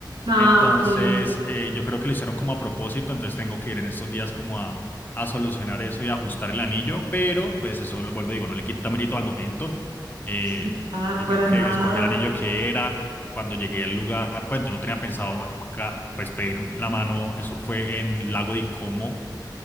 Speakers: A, on the right; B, on the left.
A: Ah,
B: Entonces,
A: ok.
B: eh, yo creo que lo hicieron como a propósito, entonces tengo que ir en estos días como a, a solucionar eso y ajustar el anillo, pero pues eso, vuelvo y digo, no le quita mérito al momento. Eh,
A: Pues nada,
B: yo
A: para
B: creo que
A: nada.
B: escogí el anillo que era. Cuando llegué al lugar, pues yo no tenía pensado ca- pues, pedir la mano, eso fue en Lago de Como